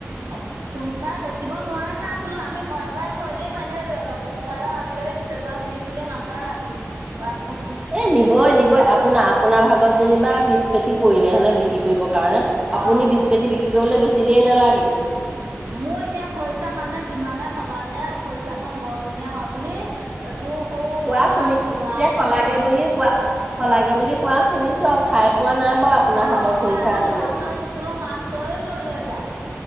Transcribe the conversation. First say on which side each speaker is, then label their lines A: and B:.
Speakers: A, on the right; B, on the right.
A: অ কোনোবা বেচিব নোৱাই নোৱাই বোলো আমি ঘৰে ঘৰে থৈ দিম, এনে মোবাইলত আজিকালি ষ্টেটাছ দি দিলে মানুহে উম
B: এ নিবই নিবই, আপোনা আপোনাৰ ভাগত যেনিবা বিছ পেতি পৰিলে হয় নে বিক্ৰী কৰিব কাৰণে আপুনি
A: অ'।
B: বিছ পেতি বিক্ৰী কৰিবলে বেছি দেৰি নালাগে
A: উম মো এতিয়া খৰিচা মানুহে কিমানে সলাগে খৰিচা কন বৰ ধুনীয়া হয় বুলি তোৰ সৌ
B: কোৱা
A: আমাৰ
B: শুনি
A: ল'ৰাহঁতৰ
B: এতিয়া শলাগে
A: স্কুলৰ
B: বুলি কোৱা শলাগে বুলি কোৱা শুনি ছোঁ খাই পোৱা নাই বাৰু আপোনাৰ
A: অ
B: হাতৰ
A: হয়
B: খৰিচা
A: আমা
B: আজিলৈকে
A: ল'ৰাতোৱ স্কুলৰ মাষ্টৰেও লৈ লৈ যায়